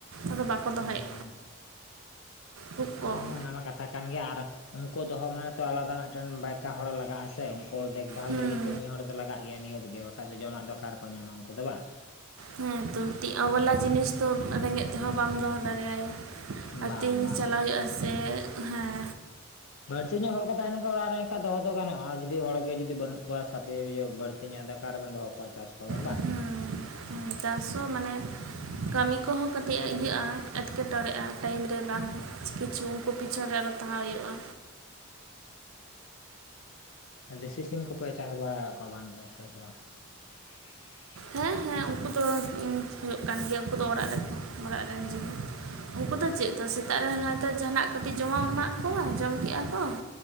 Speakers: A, on the right; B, on the left.
A: ᱟᱫᱚ ᱵᱟᱠᱚ ᱫᱚᱦᱚᱭᱮᱜ
B: ᱦᱩᱸ
A: ᱠᱷᱩᱵ ᱠᱚᱢ
B: ᱦᱮᱸ ᱢᱟ ᱚᱱᱟ ᱢᱟ ᱠᱟᱛᱷᱟ ᱠᱟᱱ ᱜᱮᱭᱟ ᱟᱨ ᱩᱱᱠᱩ ᱫᱚᱦᱚ ᱢᱟᱱᱮ ᱛᱚ ᱟᱞᱟᱫᱟ ᱢᱤᱫᱴᱮᱱ ᱵᱟᱭᱠᱟ ᱦᱚᱲ ᱞᱟᱜᱟᱜᱼᱟ ᱥᱮ᱾ ᱠᱚ ᱫᱮᱠᱵᱷᱟᱞ
A: ᱦᱮᱸ
B: ᱞᱟᱹᱜᱤᱫ ᱛᱚ ᱢᱤᱫ ᱦᱚᱲ ᱫᱚ ᱞᱟᱜ ᱜᱮᱭᱟ᱾ ᱱᱤᱦᱟᱹᱛ ᱜᱮ ᱵᱟᱠᱷᱟᱡ ᱫᱚ ᱡᱚᱢᱟᱜ ᱫᱚ ᱚᱠᱟ ᱨᱮ ᱠᱚ ᱧᱟᱢᱟ ᱩᱝᱠᱩ ᱫᱚ ᱵᱟᱝ?
A: ᱦᱮᱸ ᱛᱚ ᱛᱤᱜ ᱚᱵᱟᱞᱟ ᱡᱤᱱᱤᱥ ᱫᱚ ᱨᱮᱸᱜᱮᱡ ᱛᱮᱦᱚᱸ ᱵᱟᱢ ᱫᱚᱦᱚ ᱫᱟᱲᱮᱭᱟ᱾
B: ᱵᱟᱝ
A: ᱟᱹᱛᱤᱧ
B: ᱵᱟᱝ
A: ᱪᱟᱞᱟᱣ
B: ᱵᱟᱝ
A: ᱦᱩᱭᱩᱜ-ᱟ
B: ᱵᱟᱝ
A: ᱥᱮ ᱦᱮᱸ᱾
B: ᱵᱟᱹᱲᱛᱤ ᱧᱚᱜ ᱦᱚᱲ ᱠᱚ ᱛᱟᱦᱮ ᱞᱮ ᱠᱷᱟᱱ, ᱚᱲᱟᱜ ᱨᱮ ᱮᱱᱠᱷᱟᱡ ᱫᱚᱦᱚ ᱫᱚ ᱜᱟᱱᱚᱜᱼᱟ, ᱡᱩᱫᱤ ᱦᱚᱲᱜᱮ ᱡᱩᱫᱤ ᱵᱟᱹᱱᱩᱜ ᱠᱚᱣᱟ ᱥᱟᱯᱮ ᱤᱭᱟᱹᱵᱟᱲ ᱛᱮᱦᱮᱧᱟᱜ ᱫᱟᱠᱟ ᱨᱮᱵᱮᱱ ᱫᱚᱦᱚ ᱠᱚᱣᱟ ᱪᱟᱥ ᱠᱚᱣᱟ ᱵᱮᱱ ᱵᱟᱝ?
A: ᱦᱮᱸ ᱪᱟᱥ ᱦᱚᱸ ᱢᱟᱱᱮ ᱠᱟᱹᱢᱤ ᱠᱚᱦᱚᱸ ᱠᱟᱹᱴᱤᱡ ᱤᱭᱟᱹᱜᱼᱟ, ᱮᱸᱴᱠᱮᱴᱚᱲᱮᱜᱼᱟ, ᱴᱟᱭᱤᱢ ᱨᱮ ᱵᱟᱝ ᱵᱤᱥᱤ ᱠᱤᱪᱷᱩ ᱠᱚ ᱯᱤᱪᱷᱚᱱ ᱨᱮ ᱟᱨᱚ ᱛᱟᱦᱮᱸ ᱦᱩᱭᱩᱜᱼᱟ᱾
B: ᱫᱮᱥᱤ ᱥᱤᱢ ᱠᱚᱯᱮ ᱪᱟᱥ ᱵᱟᱲᱟ ᱠᱚᱣᱟ ᱵᱟᱝ ᱥᱮ ᱵᱟᱝ? <inaudible>
A: ᱦᱮᱸ ᱦᱮᱸ, ᱩᱱᱠᱩ ᱫᱚ ᱦᱩᱭᱩᱜ ᱠᱟᱱ ᱜᱮᱭᱟ, ᱩᱱᱠᱩ ᱫᱚ ᱚᱲᱟᱜ ᱨᱮᱠᱚ ᱚᱲᱟᱜ ᱨᱮᱱ ᱡᱟᱦᱟ ᱩᱱᱠᱩ ᱫᱚ ᱪᱮᱫ ᱛᱚ ᱥᱮᱛᱟᱜ ᱨᱮ ᱦᱚᱭ ᱛᱚ ᱡᱟᱦᱟᱱᱟᱜ ᱠᱟᱹᱴᱤᱡ ᱡᱚᱢᱟᱜ ᱮᱢᱟᱜ ᱠᱚᱣᱟ, ᱡᱚᱢ ᱠᱮᱜᱼᱟ ᱠᱚ᱾